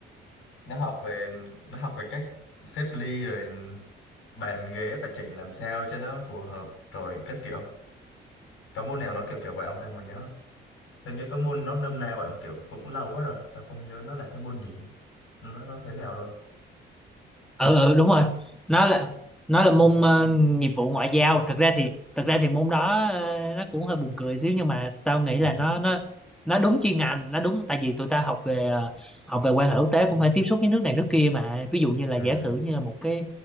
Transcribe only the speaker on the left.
nó học về nó học về cách xếp ly rồi bàn ghế phải chỉnh làm sao cho nó phù hợp rồi các kiểu có môn nào nó kiểu kiểu vậy ông ta mà nhớ không? tao nhớ có môn nó nôm na vậy mà kiểu cũng lâu quá rồi tao không nhớ nó là cái môn gì nó nó thế nào luôn
<laughs>
ừ